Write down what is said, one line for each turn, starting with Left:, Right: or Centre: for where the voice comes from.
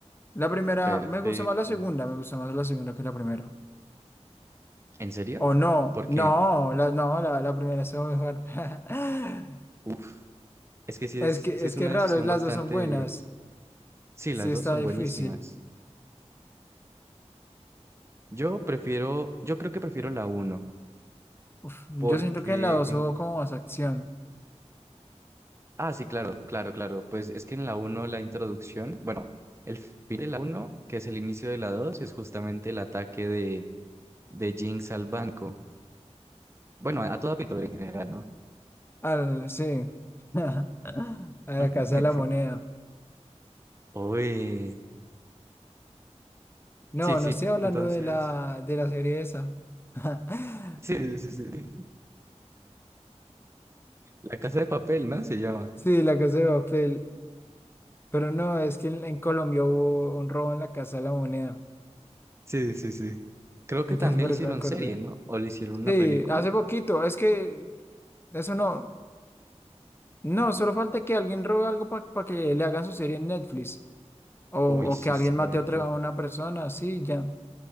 Left: La primera,
Right: Perfecto.
Left: me gustó más la segunda, me gustó más la segunda que la primera.
Right: ¿En serio?
Left: O no,
Right: ¿Por
Left: no,
Right: qué?
Left: la, no, la, la primera estuvo mejor. <laughs>
Right: Uf, es que sí
Left: Es
Right: es,
Left: que,
Right: sí
Left: es
Right: es
Left: que
Right: una
Left: raro,
Right: decisión
Left: las
Right: bastante...
Left: dos son buenas,
Right: Sí,
Left: sí
Right: las
Left: está
Right: dos son
Left: difícil.
Right: buenísimas. Yo prefiero, yo creo que prefiero la uno,
Left: Uf, yo
Right: porque
Left: siento que en la 2
Right: en...
Left: hubo como más acción.
Right: Ah, sí, claro, claro, claro. Pues es que en la uno la introducción, bueno, el fin de la uno, que es el inicio de la 2, es justamente el ataque de, de Jinx al banco. Bueno, a, a toda pintura en general, ¿no?
Left: Al, sí. <laughs> A la
Right: <laughs>
Left: Casa de la Moneda.
Right: Uy.
Left: No,
Right: Sí, sí,
Left: no estoy hablando
Right: entonces...
Left: de la, de la serie esa. <laughs>
Right: Sí, sí, sí. La casa de papel, ¿no? Se llama.
Left: Sí, la Casa de Papel. Pero no, es que en, en Colombia hubo un robo en la Casa de la Moneda.
Right: Sí, sí, sí. Creo que
Left: Entonces
Right: también
Left: por
Right: le hicieron
Left: eso me acordé.
Right: serie, ¿no? O le hicieron una
Left: Sí,
Right: película.
Left: hace poquito. Es que eso no. No, solo falta que alguien robe algo para que le hagan su serie en Netflix. O, o
Right: Uy, sí,
Left: que alguien
Right: cierto.
Left: mate a otra a una persona, sí, ya.